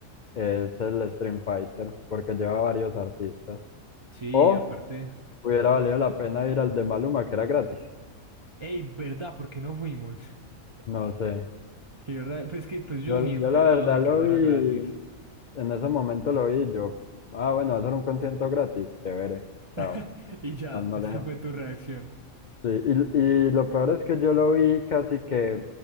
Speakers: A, on the left; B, on the right.
A: es el Stream Fighter, porque lleva varios artistas.
B: Sí,
A: O
B: aparte.
A: hubiera
B: pues,
A: valido la pena ir al de Maluma, que era gratis.
B: Ey, ¿verdad? ¿Por qué no fuimos? <laughs>
A: No sé.
B: Qué ra- Pues que pues yo
A: Yo,
B: ni enterado
A: yo la verdad
B: de que
A: lo
B: eso
A: vi,
B: era gratis.
A: en ese momento lo vi, y yo, ah, bueno, va a ser un concierto gratis, chévere, chao.
B: <laughs> Y ya,
A: No, no
B: esa
A: le...
B: fue tu reacción.
A: Sí, y, y lo peor es que yo lo vi casi que,